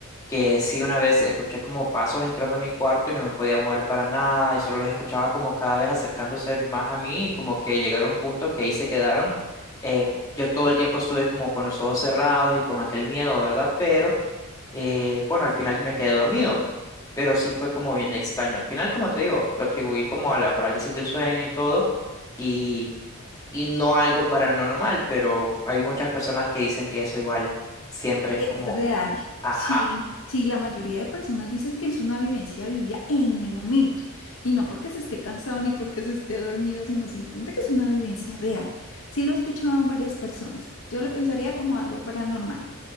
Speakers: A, on the left; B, on the left.
A: que sí una vez escuché como pasos entrando a mi cuarto y no me podía mover para nada y solo los escuchaba como cada vez acercándose más a mí y como que llegaron a un punto que ahí se quedaron. Eh, yo todo el tiempo estuve como con los ojos cerrados y con aquel miedo, ¿verdad? Pero eh, bueno, al final me quedé dormido, pero sí fue como bien extraño. Al final, como te digo, lo atribuí como a la parálisis del sueño y todo y, y no algo paranormal, pero hay muchas personas que dicen que eso igual siempre es
B: Es
A: como,
B: real,
A: ajá.
B: sí, sí, la mayoría de personas dicen que es una vivencia vivida en el momento y no porque se esté cansado ni porque se esté dormido, sino simplemente que es una vivencia real. Sí lo he escuchado en varias personas. Yo lo pensaría como algo paranormal.